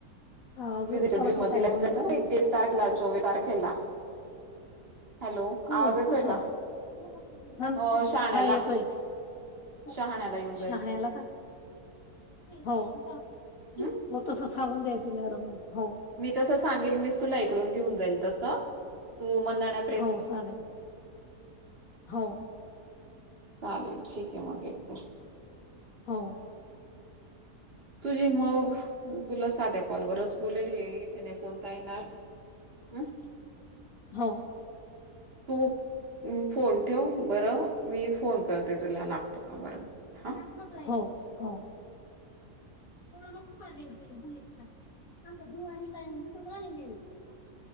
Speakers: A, on the left (about 65°); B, on the right (about 40°).
A: आवाज
B: विजेच्या दुमतीला
A: अडकत आहे,
B: येऊन
A: मॅडम.
B: जायचं तेवीस
A: <unintelligible>
B: तारखेला चोवीस तारखेला. हॅलो
A: हो.
B: आवाज येतोय
A: कुठं?
B: का
A: <unintelligible>
B: हो शहाण्याला
A: हा येतोय. <unintelligible>
B: शहाण्याला येऊन जायचं
A: शाहाण्याला का? हो. <unintelligible>
B: हम्
A: होत तसं सांगून द्यायचं, मॅडम मग. हो.
B: मी तसं सांगेल. मीच तुला इकडून घेऊन जाईल तसं. तू मंनाड्या
A: हो, चालेल. हो.
B: चालेल. ठीकए मग. एक तर
A: हो.
B: तुझे मग. तुला साध्या कॉलवरच बोलेल, हे. इथे नाही बोलता येणार. अं.
A: हो.
B: तू फोन ठेव बरं. मी फोन करते तुला. लागतो का बरं. हा.
A: <inaudible> हो, हो. <unintelligible>